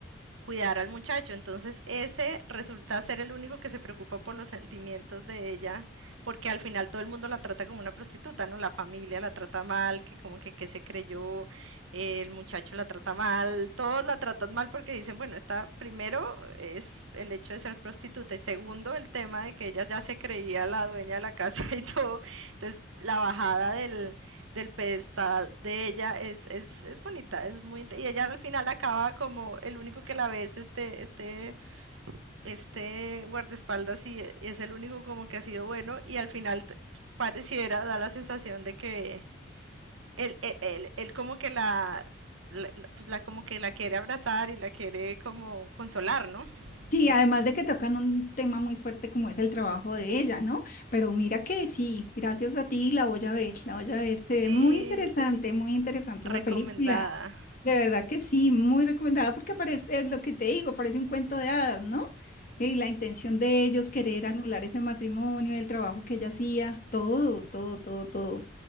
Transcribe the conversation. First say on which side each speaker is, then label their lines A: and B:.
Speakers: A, on the right; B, on the left.
A: cuidar al muchacho. Entonces ese resulta ser el único que se preocupa por los sentimientos de ella, porque al final todo el mundo la trata como una prostituta, ¿no? La familia la trata mal, que como que, que se creyó, eh, el muchacho la trata mal, todos la tratan mal porque dicen, bueno, está primero es el hecho de ser prostituta y segundo el tema de que ella ya se creía la dueña de la casa <laughs> y todo. Entonces la bajada del del pedestal de ella es, es, es bonita, es muy y ella al final acaba como el único que la ve es este, este, este guardaespaldas y es el único como que ha sido bueno y al final pareciera, da la sensación de que él, él, él, él como que la, la- la- pues la como que la quiere abrazar y la quiere como consolar, ¿no?
B: sí,
A: Pues,
B: además de que tocan un tema muy fuerte como es el trabajo de ella, ¿no? Pero mira que sí, gracias a ti la voy a ver, la voy a ver, se
A: sí,
B: ve muy interesante, muy interesante esa
A: recomendada.
B: película. De verdad que sí, muy recomendada porque parece, es lo que te digo, parece un cuento de hadas, ¿no? Y la intención de ellos querer anular ese matrimonio, el trabajo que ella hacía, todo, todo, todo, todo. O